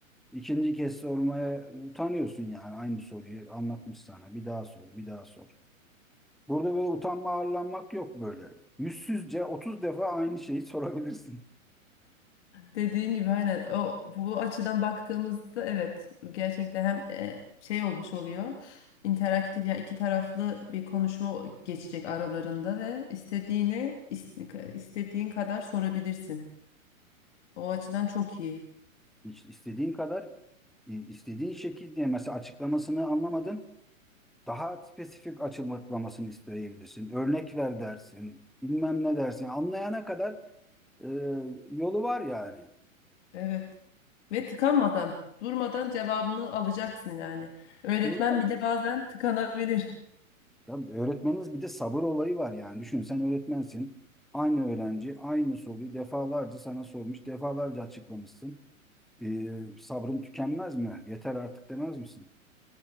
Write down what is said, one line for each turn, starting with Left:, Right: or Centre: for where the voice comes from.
Centre: ikinci kez sormaya utanıyorsun yani aynı soruyu anlatmış sana. Bir daha sor, bir daha sor. Burada böyle utanma arlanmak yok böyle. Yüzsüzce 30 defa aynı şeyi sorabilirsin.
Left: Dediğin gibi aynen o bu açıdan baktığımızda evet gerçekten hem e, şey olmuş oluyor interaktif yani iki taraflı bir konuşma geçecek aralarında ve istediğini ist- istediğin kadar sorabilirsin. O açıdan çok iyi.
Centre: Hiç istediğin kadar, i- istediğin şekilde mesela açıklamasını anlamadın. Daha spesifik açıklamasını isteyebilirsin. Örnek ver dersin. Bilmem ne dersin. Yani Anlayana kadar e, yolu var yani.
Left: Evet. Ve tıkanmadan, durmadan cevabını alacaksın yani. Öğretmen
Centre: Doğru mu?
Left: bile bazen tıkanabilir.
Centre: Tabii öğretmeniniz bir de sabır olayı var yani. Düşün sen öğretmensin. Aynı öğrenci aynı soruyu defalarca sana sormuş, defalarca açıklamışsın. e, sabrım tükenmez mi? Yeter artık demez misin?